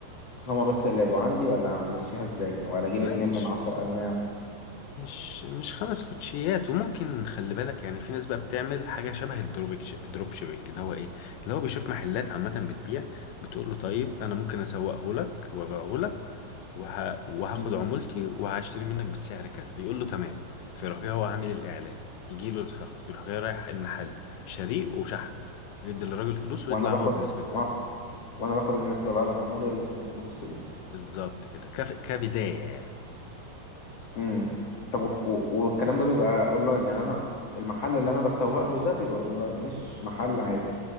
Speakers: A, on the left; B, on the left.
A: هما بس اللي يبقوا عندي ولا امشيها ازاي ولا اجيب
B: لا
A: اتنين
B: مش
A: من عشر انواع
B: مش مش خمس كوتشيات وممكن خلي بالك يعني في ناس بقى بتعمل حاجه شبه الدروب دروب شيبنج اللي هو ايه اللي هو بيشوف محلات عامه بتبيع بتقول له طيب انا ممكن اسوقه لك وابيعه لك وه... وهاخد
A: مم.
B: عمولتي وهشتري منك بالسعر كذا يقول له تمام فيروح جاي هو عامل الاعلان يجي له الشخص يروح جاي رايح المحل شاريه وشحنه ويدي للراجل فلوس ويطلع
A: وانا باخد
B: هو بنسبته
A: و- وانا باخد النسبة بقى الامور اللي في النص دي
B: بالظبط كده كف... كبدايه يعني
A: امم طب وف- و... والكلام ده بيبقى اونلاين يعني انا المحل اللي انا بسوق له ده بيبقى اونلاين مش محل عادي